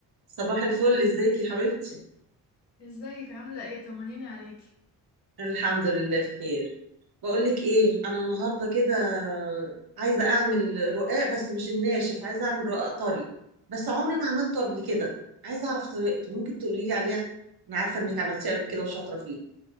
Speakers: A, on the right; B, on the left.
A: صباح الفل ازيك يا حبيبتي
B: ازيك عاملة ايه طمنيني عليكي
A: الحمد لله بخير بقول لك ايه انا النهارده كده عايزه اعمل رقاق بس مش الناشف عايزه اعمل رقاق طري بس عمري ما عملته قبل كده عايزه اعرف طريقته ممكن تقولي لي عليها انا عارفه انك عملتيه قبل كده وشاطره فيه